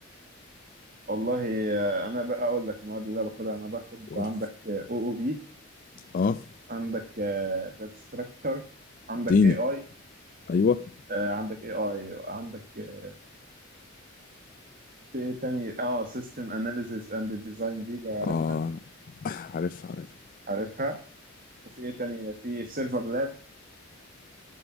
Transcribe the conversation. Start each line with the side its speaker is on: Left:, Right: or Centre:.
Right: والله آه، انا بقى اقول لك المواد اللي انا باخدها انا باخد
Left: قول
Right: عندك او او بي
Left: اه
Right: عندك داتا ستراكشر عندك
Left: اديني
Right: اي اي
Left: ايوه
Right: عندك اي اي عندك آه، في ايه تاني اه سيستم اناليسيس اند ديزاين دي لو عارفها
Left: اه عارف عارف
Right: عارفها وفي ايه تاني في سيرفر لاب